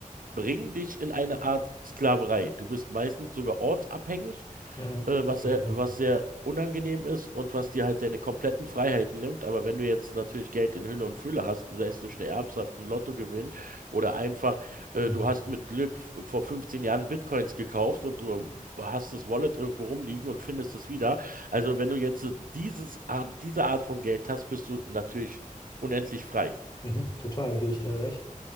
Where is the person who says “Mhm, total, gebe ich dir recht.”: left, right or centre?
Left